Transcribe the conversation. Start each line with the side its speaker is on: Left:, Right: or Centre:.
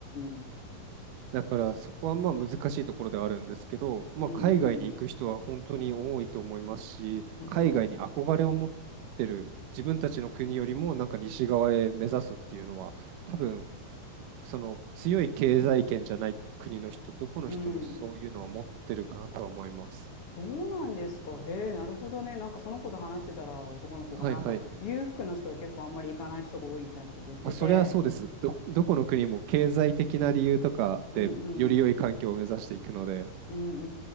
Left: んうん。
Right: だからそこはまあ難しいところではあるんですけど、まあ、
Left: うん
Right: 海外に行く人は本当に多いと思いますし、
Left: うん。うん
Right: 海外に憧れを持ってる自分たちの国よりもなんか西側へ目指すっていうのは多分その強い経済圏じゃない国の人、どこの人もそういうのは持ってるかなとは思います。
Left: うんうん。そうなんですか。へえ、なるほどね。なんかその子と話してたら男の子がなんか裕福の人は結構あんまり行かない人が多いみたいなこと言ってて。
Right: はいはい。まあ、そりゃそうです。ど、どこの国も経済的な理由とかでより良い環境を目指していくので。
Left: うんうん。うんう